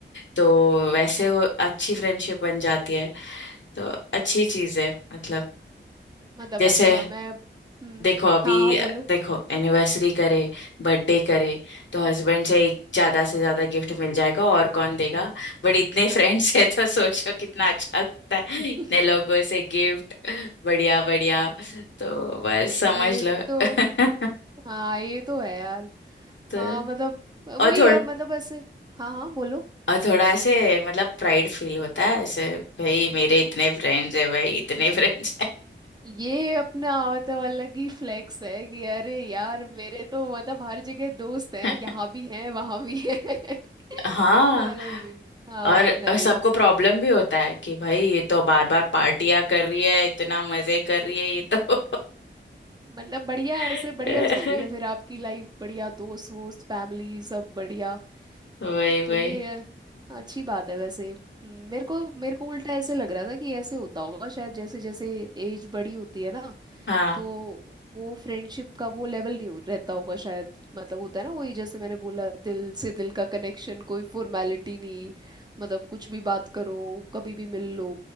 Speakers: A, on the left; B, on the right.
A: तो वैसे वो अच्छी फ्रेंडशिप बन जाती है तो अच्छी चीज है मतलब
B: मतलब
A: जैसे
B: अच्छा मैं हम्म
A: देखो अभी
B: हाँ हाँ बोलो
A: देखो एनिवर्सरी करे बर्थडे करे तो हस्बैंड से एक ज्यादा से ज्यादा गिफ्ट मिल जाएगा और कौन देगा बट इतने फ्रेंड्स है तो सोचो कितना अच्छा लगता है
B: <laughs>
A: इतने लोगों से गिफ्ट बढ़िया बढ़िया तो बस
B: ये
A: समझ लो
B: तो
A: <laughs>
B: हाँ ये तो है यार
A: तो
B: हाँ मतलब
A: और
B: वही
A: थोड़ा
B: है मतलब ऐसे हाँ हाँ बोलो
A: और थोड़ा ऐसे मतलब प्राइड फील होता है ऐसे भाई मेरे इतने फ्रेंड्स है भाई इतने फ्रेंड्स
B: ये अपना मतलब अलग ही फ्लेक्स है कि अरे यार मेरे तो मतलब हर जगह दोस्त हैं
A: है <laughs>
B: यहाँ भी हैं वहाँ भी हैं <laughs> अरे
A: हाँ
B: हाँ
A: और
B: नाइस
A: सबको प्रॉब्लम भी होता है कि भाई ये तो बार बार पार्टियां कर रही है इतना मजे कर रही है ये तो
B: मतलब बढ़िया
A: <laughs>
B: ऐसे बढ़िया चल रही है फिर आपकी लाइफ बढ़िया दोस्त वोस्त फैमिली सब बढ़िया
A: वही
B: तो
A: वही
B: ये है, अच्छी बात है वैसे मेरे को मेरे को उल्टा ऐसे लग रहा था कि ऐसे होता होगा शायद जैसे जैसे एज बड़ी होती है ना
A: हाँ
B: तो वो फ्रेंडशिप का वो लेवल नहीं हो रहता होगा शायद मतलब होता है ना वही जैसे मैंने बोला दिल से दिल का कनेक्शन कोई फॉर्मेलिटी नहीं मतलब कुछ भी बात करो कभी भी मिल लो